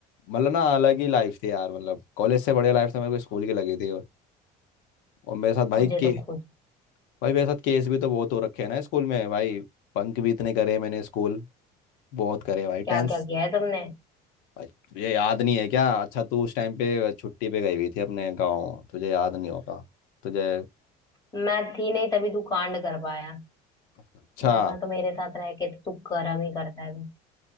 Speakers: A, on the left (about 75°); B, on the left (about 20°).
A: मतलब ना अलग ही लाइफ थी यार मतलब कॉलेज से बढ़िया लाइफ तो मेरे को स्कूल की लगी थी और, और मेरे साथ भाई
B: मुझे
A: के
B: तो खुद
A: भाई मेरे साथ केस भी तो बहुत हो रखे हैं ना स्कूल में भाई बंक भी इतने करे मैंने स्कूल बहुत करे भाई टेंस
B: क्या क्या किया है तुमने
A: भाई तुझे याद नहीं है क्या अच्छा तू उस टाइम पे छुट्टी पे गई हुई थी अपने गाँव तुझे याद नहीं होगा तुझे
B: मैं थी नहीं तभी तू कांड कर पाया
A: अच्छा
B: वरना तो मेरे साथ रह के तो तू कर्म ही करता है <laughs>